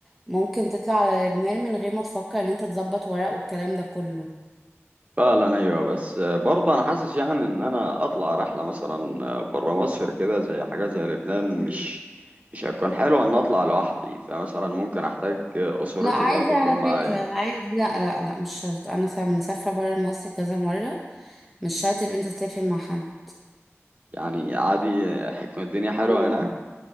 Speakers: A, in the centre; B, on the right.
A: ممكن تطلع على لبنان من غير ما تفكر ان انت تظبط ورق والكلام ده كله
B: فعلا ايوه بس برضه انا حاسس يعني ان انا اطلع رحله مثلا بره مصر كده زي حاجه زي لبنان
A: مم.
B: مش مش هيكون حلو ان اطلع لوحدي فمثلا ممكن احتاج اسرتي
A: لا عادي
B: برضه
A: على
B: تكون معايا
A: فكرة عادي لا لا لا مش شرط انا سا- مسافرة برا مصر كذا مرة مش شرط ان انت تسافر مع حد
B: يعني عادي هتكون الدنيا حلوه
A: اه
B: هناك